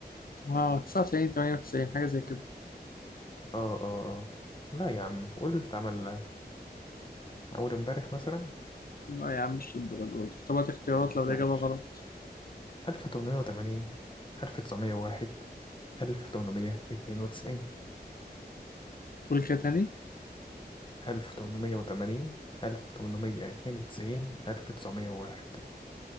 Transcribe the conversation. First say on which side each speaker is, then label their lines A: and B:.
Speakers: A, on the left (about 60°); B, on the left (about 30°).
A: اه 99 98 حاجة زي كده
B: اه اه اه لا يا عم قول اتعمل اول امبارح مثلا
A: لا يا عم مش للدرجة دي طب هات اختيارات لو
B: ماشي
A: الإجابة غلط
B: 1880 1901 1892
A: قول كده تاني
B: 1880 1892 1901